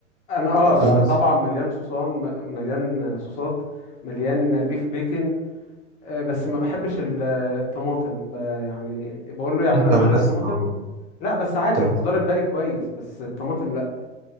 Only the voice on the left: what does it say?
انا اه
طبعا مليان صوصان م- مليان صوصات مليان بيف بيكن آه، بس ما بحبش ال- الطماطم ب- يعني بقول له يعملها
من
غير طماطم
لا بس عادي
الخضار
الباقي كويس بس الطماطم لا